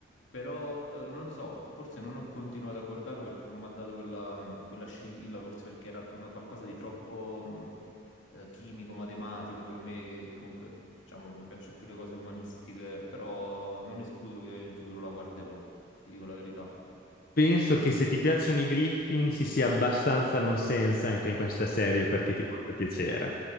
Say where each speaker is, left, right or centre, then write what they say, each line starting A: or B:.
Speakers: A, on the left; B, on the left.
A: Però eh, non so, forse non ho continuato a guardarlo perché non mi ha dato quella, mh, quella scintilla, forse perché era una- qualcosa di troppo mh, eh, chimico, matematico per me, che comunque diciamo mi piacciono più le cose umanistiche, però non escludo che in futuro la guarderò, ti dico la verità.
B: Penso che se ti piacciono i Griffin si sia abbastanza no sense anche in questa serie perché ti porta piacere.